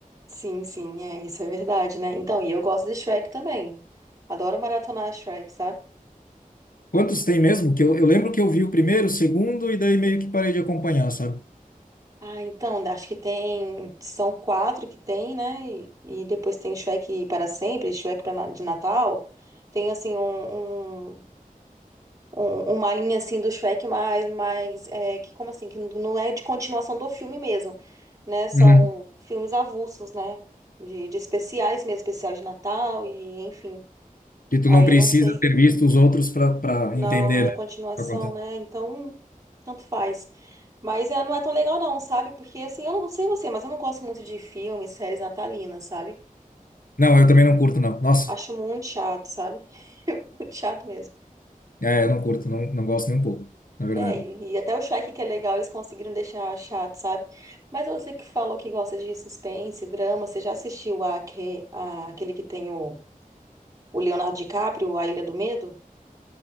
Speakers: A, on the right; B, on the left.
A: Sim, sim, é, isso é verdade, né? Então, e eu gosto de Shrek também. Adoro maratonar Shrek, sabe?
B: Quantos tem mesmo? Que eu, eu lembro que eu vi o primeiro, o segundo, e daí meio que parei de acompanhar, sabe?
A: Ah, então, né, acho que tem. São quatro que tem, né? E, e depois tem Shrek para sempre, Shrek pra, na- de Natal. Tem, assim, um, um, um- uma linha, assim, do Shrek mais, mais é, que, como assim, que não é de continuação do filme mesmo, né? São
B: Uhum.
A: filmes avulsos, né? De, de especiais mesmo, especial de Natal e, enfim.
B: Que tu
A: Aí
B: não precisa
A: eu não sei.
B: ter visto os outros pra, pra
A: Não,
B: entender,
A: não é continuação,
B: né? Pra contar.
A: né? Então, tanto faz. Mas é, não é tão legal não, sabe? Porque assim, eu não sei você, mas eu não gosto muito de filmes, séries natalinas, sabe?
B: Não, eu também não curto, não. Nossa,
A: Acho muito chato, sabe? <laughs> Muito chato mesmo.
B: é, eu não curto, não, não gosto nem um pouco, na verdade.
A: É, e, e até o Shrek que é legal, eles conseguiram deixar chato, sabe? Mas você que falou que gosta de suspense, drama, você já assistiu a, aque- a- aquele que tem o, o Leonardo DiCaprio, A Ilha do Medo?